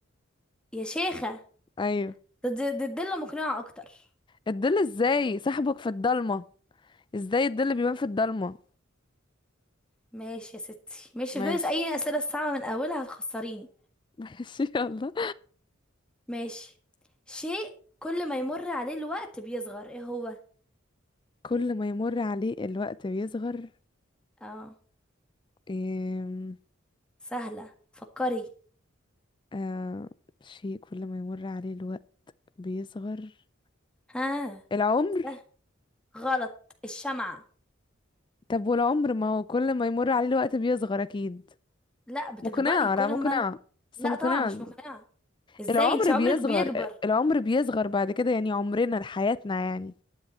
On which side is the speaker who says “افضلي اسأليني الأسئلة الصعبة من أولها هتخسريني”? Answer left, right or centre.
Centre